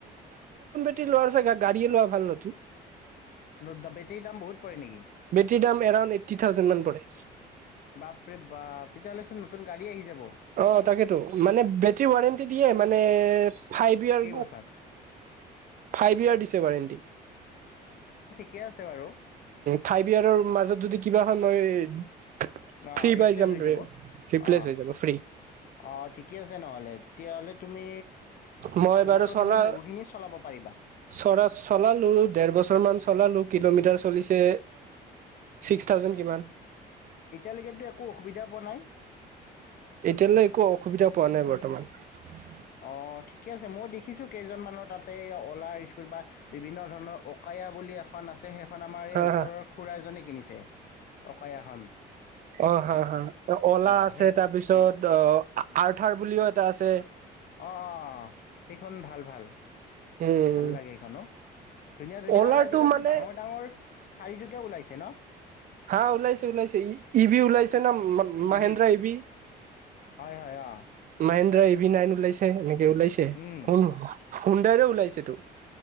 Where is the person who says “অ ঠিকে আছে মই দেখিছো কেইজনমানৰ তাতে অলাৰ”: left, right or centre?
Left